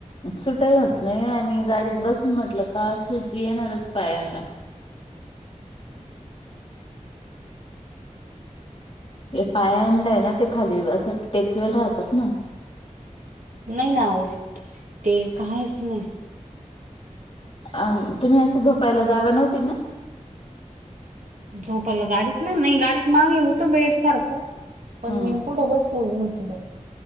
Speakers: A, on the left; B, on the right.
A: सुटही होत नाही, आणि गाडीत बसून म्हटलं का सुज येणारच पायांला. हे पायालंय ना ते खाली, असं टेकवेल राहतात ना.
B: नाही ना होत, ते काहीच नाही.
A: आम तुम्ही असं झोपायला जागा नव्हती ना?
B: झोपाला गाडीत ना. नाही गाडीत मागे होतं बेड सारखं. पण
A: ह
B: मी पुढे बसलेली नवती बाई.